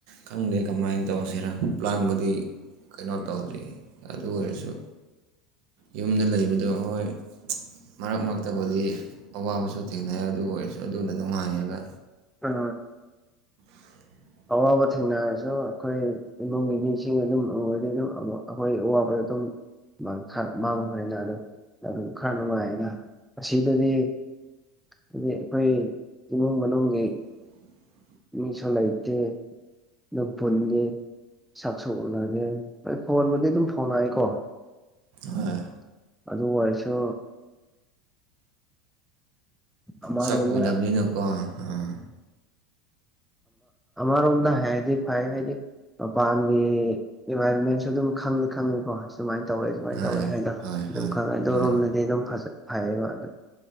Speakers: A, on the right (about 55°); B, in the centre.
A: ꯈꯪꯗꯦ ꯀꯃꯥꯏꯅ ꯇꯧꯔ ꯅ ꯄ꯭ꯂꯥꯟꯕꯨꯗꯤ ꯀꯩꯅꯣ ꯇꯧꯗ꯭ꯔꯤ ꯑꯗꯨ ꯑꯣꯏꯔꯁꯨ ꯌꯨꯝꯗ ꯂꯩꯕꯗꯣ ꯍꯣꯏ ꯃꯔꯛ ꯃꯔꯛꯇꯕꯨꯗꯤ ꯑꯋꯥꯕꯁꯨ ꯊꯦꯡꯅꯩ ꯑꯗꯨꯒ ꯑꯣꯏꯔꯁꯨ ꯑꯗꯨꯅ ꯅꯨꯡꯉꯥꯏꯌꯦꯕ
B: ꯑ
A: <unintelligible>
B: ꯑꯋꯥꯕ ꯊꯦꯡꯅꯔꯁꯨ ꯑꯩꯈꯣꯏ ꯏꯃꯨꯡꯒꯤ ꯃꯤꯁꯤꯡ ꯑꯗꯨꯝ ꯑꯩꯔꯗꯤ ꯑꯗꯨꯝ ꯑꯩꯈꯣꯏ ꯑꯋꯥꯕꯗ ꯑꯗꯨꯝ ꯃꯥꯡ ꯊꯔ ꯃꯥꯡ ꯍꯅꯤꯅ ꯑꯗꯨ ꯑꯗꯨ ꯈꯔ ꯅꯨꯡꯉꯥꯏꯌꯦꯅ ꯑꯁꯤꯗꯗꯤ ꯑꯗꯨꯗꯤ ꯑꯩꯈꯣꯏ ꯏꯃꯨꯡ ꯃꯅꯨꯡꯒꯤ
A: <unintelligible>
B: ꯃꯤꯁꯨ ꯂꯩꯇꯦ ꯑꯗꯨꯝ ꯄꯨꯟꯉ ꯁꯛꯁꯨ ꯎꯂꯒꯦ ꯑꯩꯣꯏ ꯐꯣꯟꯕꯗꯤ ꯑꯗꯨꯝ ꯐꯣꯟꯉꯏꯀꯣ
A: ꯍꯣꯏ
B: ꯑꯗꯨ ꯑꯣꯏꯔꯁꯨ ꯑꯃꯔꯣꯝꯗ
A: ꯁꯛ ꯎꯗꯕꯅꯤꯅꯀꯣ ꯑꯥ
B: ꯑꯔꯣꯝꯅ ꯍꯥꯏꯗꯤ ꯐ ꯍꯥꯏꯗꯤ ꯃꯄꯥꯟꯒꯤ ꯏꯟꯚꯥꯏꯔꯣꯟꯃꯦꯟꯁꯨ ꯑꯗꯨꯝ ꯈꯪꯉꯤ ꯈꯪꯉꯤ ꯀꯣ ꯁꯨꯃꯥꯏꯅ ꯇꯧꯋꯤ ꯁꯃꯥꯏꯅ
A: ꯍꯣꯏ
B: ꯇꯧꯋꯦ ꯍꯥꯏꯗꯅ
A: ꯍꯣꯏ
B: ꯑꯗꯨꯝ
A: ꯍꯣꯏ
B: ꯈꯪꯉꯦ ꯑꯗꯣ
A: ꯃꯥꯅꯦ
B: ꯔꯣꯝꯗꯗꯤ ꯑꯗꯨꯝ ꯐꯩꯌꯦꯕ ꯑꯗꯨ